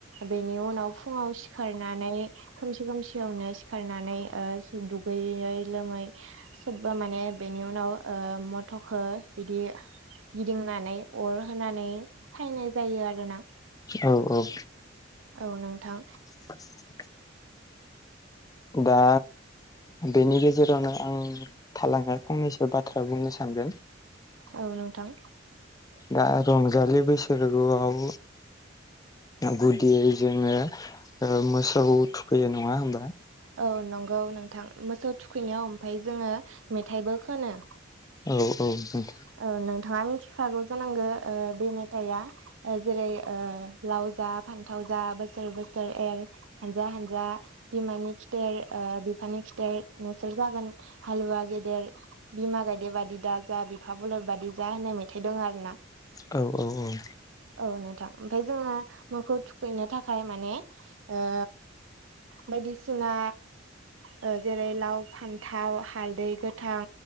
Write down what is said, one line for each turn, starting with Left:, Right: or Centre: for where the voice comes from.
Right: बेनि उनाव फुङाव सि खारनानै खोमसि खोमसियावनो सिखारनानै दुगैयै लोमै सोबबो माने बेनि उनाव ओ मथ'खौ बिदि गिदिंनानै अर होनानै सायनाय जायो आरोना
Left: औ औ
Right: औ नोंथां
Left: <inaudible> दा बेनि गेजेरावनो आं थालांनाय फंनैसो बाथ्रा बुंनो सानदों
Right: औ नोंथां
Left: दा रंजालि बैसागोआव गुदियै जोङो ओ मोसौ थुखैयो नङा होमबा
Right: औ नंगौ नोंथां मोसौ थुखैनायाव ओमफ्राय जोङो मेथाइबो खोनो
Left: औ औ दोंथ'
Right: औ नोंथाङा मिथिखागौ जानांगौ ओ बे मेथाइया ओ जेरै लाव जा फान्थाव जा बोसोर बोसोर एर हानजा हानजा बिमानि खिथेर ओ बिफानि खिथेर नोंसोर जागोन हालुवा गेदेर बिमा गायदेबादि दा जा थाबल बादि जा होननाय मेथाइ दं आरो ना।
Left: औ औ औ।
Right: औ नोंथां ओमफ्राय जोङो मोखौ थुखैनो थाखाय माने ओ बायदिसिना ओ जेरै लाव फान्थाव हालदै गोथां